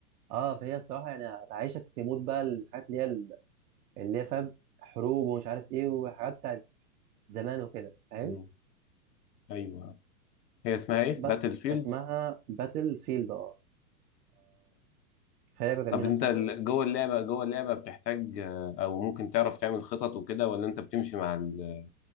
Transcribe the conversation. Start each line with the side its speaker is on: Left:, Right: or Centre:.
Right: اه فهي الصراحه يعني هتعيشك في مود بقى الحاجات اللي هي ال- اللي هي فاهم حروب ومش عارف ايه وحاجات بتاعت زمان وكده فاهم
Left: امم ايوه هي اسمها ايه
Right: بس
Left: باتل فيلد
Right: اسمها باتل فيلد اه فهي لعبه جميله
Left: طب انت
Right: الصراحه
Left: ال- جوه اللعبة جوه اللعبة بتحتاج آه، او ممكن تعرف تعمل خطط وكده ولا انت بتمشي مع ال-